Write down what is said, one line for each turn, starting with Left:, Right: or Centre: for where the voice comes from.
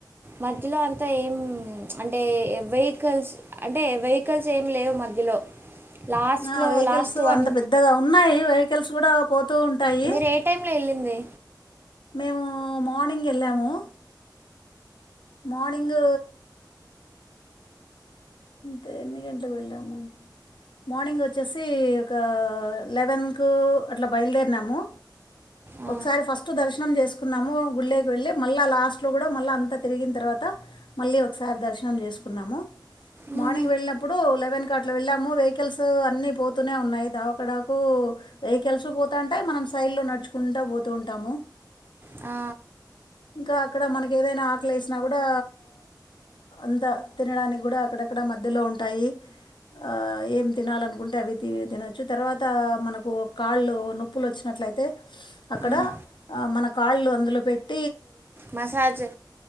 Right: మధ్యలో అంతా ఏం అంటే వెహికల్స్ అంటే వెహికల్స్ ఏం లేవు మధ్యలో లాస్ట్లో
Left: ఆ వెహికల్స్
Right: లాస్ట్ వన్
Left: అంత పెద్దగా ఉన్నాయి వెహికిల్స్ కూడా పోతూ ఉంటాయి
Right: మీరు ఏ టైమ్లో ఎళ్ళింది
Left: మేము మార్నింగ్ ఎళ్ళాము మార్నింగ్ ఇంత ఎన్ని గంటలకు వెళ్ళాము మార్నింగ్ వచ్చేసి ఒక లెవెన్కు అట్లా బయలుదేరినాము
Right: ఆ,
Left: ఒకసారి ఫస్ట్ దర్శనం చేసుకున్నాము గుల్లోకి వెళ్ళి మళ్ళా లాస్ట్ లో కూడా మళ్ళ అంత తిరిగిన తర్వ త మళ్ళీ ఒకసారి దర్శనం చేసుకున్నాము
Right: ఉమ్,
Left: మార్నింగ్ వెళ్ళినప్పుడు లెవెన్కి అట్లా వెళ్ళాము వెహికల్స్ అన్నీ పోతూనే ఉన్నాయి దావకాడకు వెహికల్స్ పోతాంటాయి మనం సైడ్లో నడుచుకుంటా పోతు ఉంటాము
Right: ఆ
Left: ఇంకా అక్కడ మనకి ఏదైనా ఆకలి ఎసినా కూడా అంత తినడానికి కూడా అక్కడక్కడ మధ్యలో ఉంటాయి ఆ ఏం తినాలనుకుంటే అవి తి తినొచ్చు తర్వాత మనకు కాళ్ళు నొప్పులోచ్చినా ట్లైతే అక్కడ
Right: మ్,
Left: మన కాళ్ళు అందులో పెట్
Right: మసాజు